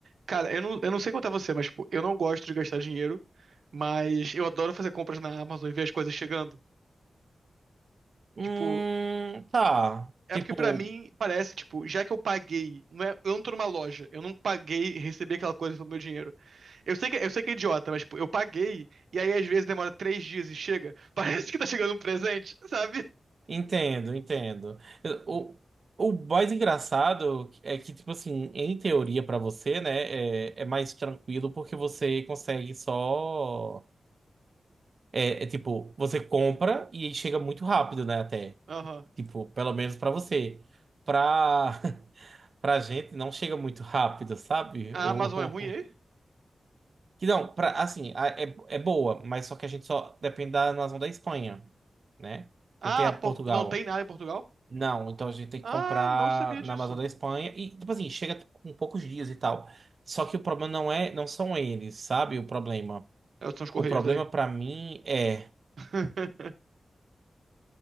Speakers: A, on the right; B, on the right.
A: Cara, eu não, eu não sei quanto é você, mas, tipo, eu não gosto de gastar dinheiro, mas eu adoro fazer compras na Amazon e ver as coisas chegando.
B: Hum,
A: Tipo,
B: tá.
A: é
B: Tipo,
A: porque pra mim parece, tipo, já que eu paguei, não é, eu não tô numa loja, eu não paguei e recebi aquela coisa pelo meu dinheiro. Eu sei que, eu sei que é idiota, mas, tipo, eu paguei e aí às vezes demora três dias e chega. <laughs> Parece que tá chegando um presente, sabe?
B: entendo, entendo. Eu- O, o mais engraçado é que, tipo assim, em teoria pra você, né, é, é mais tranquilo porque você consegue só. É, é tipo, você compra e aí chega muito rápido, né, até.
A: Aham.
B: Tipo, pelo menos pra você. Pra, <laughs> pra gente não chega muito rápido, sabe?
A: A
B: O,
A: Amazon é ruim aí?
B: Que não, pra, assim, a- é, é boa, mas só que a gente só depende da nação da Espanha, né?
A: Ah,
B: Não tem a
A: pô,
B: Portugal.
A: não tem nada em Portugal?
B: Não, então a gente tem que
A: Ah,
B: comprar
A: não sabia disso.
B: na Amazon da Espanha e, tipo assim, chega tipo, com poucos dias e tal. Só que o problema não é, não são eles, sabe? O problema.
A: É, São os Correios
B: O problema
A: daí.
B: pra mim é,
A: <laughs>